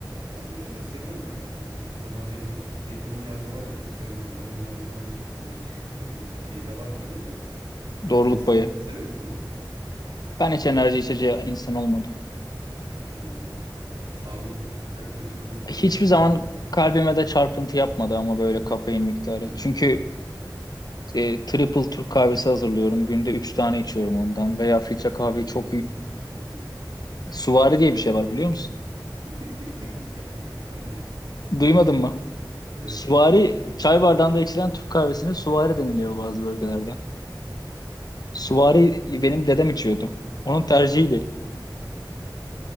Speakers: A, on the right; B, on the left.
A: Ya biraz da seviyorum ben aslında hani normalde çok bir ön yargı var ya çok sevilmez. Yani ön yargı denmesi tabii <laughs> bir şeyi de var tabii de.
B: Doğruluk
A: Ee, sen
B: payı.
A: mesela seviyor musun?
B: Ben hiç enerji içeceği insan olmadım.
A: Ya, tabii biraz. Sağlıkla çok yaklaşınca uzaklaşıyorsun
B: Hiçbir zaman
A: sanki.
B: kalbime de çarpıntı yapmadı ama böyle kafein miktarı.
A: Hmm.
B: Çünkü e, triple Türk kahvesi hazırlıyorum. Günde 3 tane içiyorum ondan. Veya filtre kahveyi
A: Bunu
B: çok...
A: da ilk defa duydum.
B: Suvari diye bir şey var biliyor musun?
A: <laughs> Yok ilk defa duydum.
B: Duymadın mı?
A: Yok.
B: Suvari, çay bardağında içilen Türk kahvesine suvari deniliyor bazı bölgelerde. Suvari benim dedem içiyordu. Onun tercihiydi.